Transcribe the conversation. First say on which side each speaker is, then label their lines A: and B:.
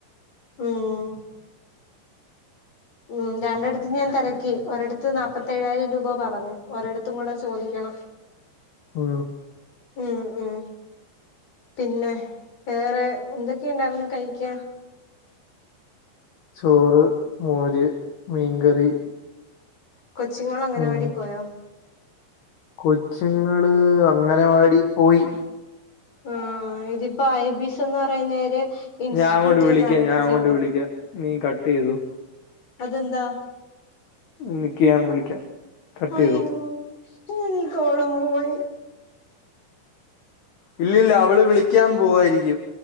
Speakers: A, on the left; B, on the left.
A: ഉം ഉം രണ്ടിടത്ത് ഞാൻ തിരക്കി ഒരടത്ത് നാല്പ്പത്തി ഏഴായിരം രൂപ പറഞ്ഞ് ഒരട ത്തും കൂടെ ചോദിക്കണം
B: ഉം
A: ഉം ഉം പിന്നെ വേറെ എന്തൊക്കെയുണ്ടായിരുന്ന്‌ കഴിക്കാൻ
B: ചോറ് മോര് മീൻകറി
A: കൊച്ചിങ്ങളഗനവാടി
B: ഉം
A: പോയോ
B: കൊച്ചുങ്ങള് അങ്ങനവാടി പോയി
A: ആഹ് ഇതിപ്പോ ഐ ബിസ് എന്ന് പറയുന്നരു ഇൻസ്റ്റിറ്റ്യൂട്ടി
B: ഞാൻ അങ്ങോട്ട് വിളിക്കാം
A: ന്നാ വിളിച്ചത്
B: ഞാൻ അങ്ങോട്ട് വിളിക്കാം നീ കട്ടെയ്തോ
A: അതെന്താ
B: നിക്ക് ഞാ വിളിക്കാം കട്ട്
A: അയ്യോ
B: ചെയ്തോ
A: ഈ കോളുമ്പോയി
B: ഇല്ലില്ല അവള് വിളിക്കാ പോവായിരിക്കും